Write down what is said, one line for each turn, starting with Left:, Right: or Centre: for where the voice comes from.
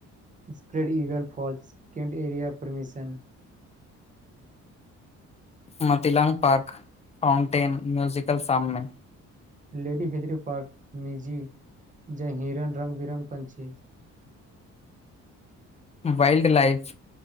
Right: स्प्रेड ईगल फॉल्स कंट एरिया परमिशन
Left: मतिल् पार्क पाउनटेन म्यूजिकल साममे
Right: लेडी हेदरी पार्क मिजी ज हिरन रङ् बिरङ्ग पंछी
Left: <inaudible> वाइल्ड लाइफ